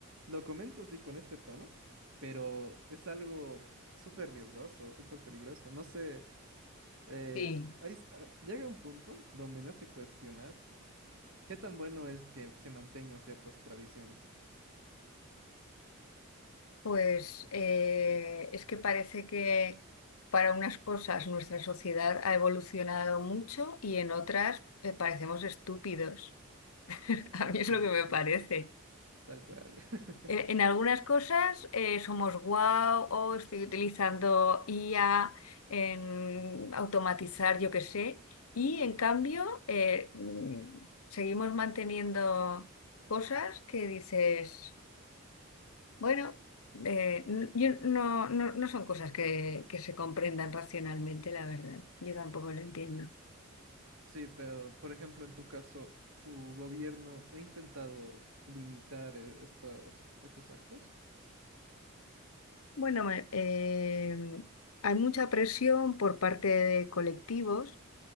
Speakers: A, on the right; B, on the left.
A: lo comento así con este tono, pero es algo súper riesgoso, súper peligroso. No sé, eh,
B: sí.
A: hay s- ah, llega un punto donde me hace cuestionar qué tan bueno es que se mantengan ciertas tradiciones.
B: Pues eh, es que parece que para unas cosas nuestra sociedad ha evolucionado mucho y en otras eh, parecemos estúpidos. <laughs> A mí es
A: Este,
B: lo que me parece.
A: tal cual. <laughs>
B: Eh, en algunas cosas eh, somos guau o estoy utilizando IA en automatizar, yo qué sé, y en cambio eh, mm, seguimos manteniendo cosas que dices. Bueno, eh, n- yo no, no, no son cosas que, que se comprendan racionalmente, la verdad. Yo tampoco lo entiendo.
A: Sí, pero por ejemplo, en tu caso, ¿tu gobierno ha intentado limitar eh, estos, estos actos?
B: Bueno, me- eh, hay mucha presión por parte de colectivos.